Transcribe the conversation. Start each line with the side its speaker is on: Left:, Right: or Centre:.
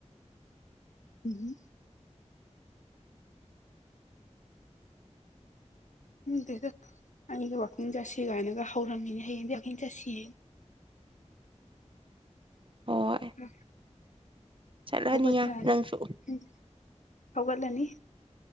Left: ꯎꯝ ꯗꯗ ꯑꯩꯒꯤ ꯋꯥꯛꯀꯤꯡ ꯆꯥꯁꯤ ꯀꯥꯏꯅꯒ ꯍꯧꯔꯝꯃꯤꯅ ꯍꯌꯦꯡꯗꯤ ꯋꯥꯛꯀꯤꯡ ꯆꯥꯁꯤ
Right: ꯍꯣꯏ
Left: ꯎꯝ
Right: ꯆꯠꯂꯅꯤ
Left: ꯍꯧꯒꯠꯗꯅꯤ
Right: ꯌꯥꯝ ꯅꯪꯁꯨ
Left: ꯎꯝ ꯍꯧꯒꯠꯂꯅꯤ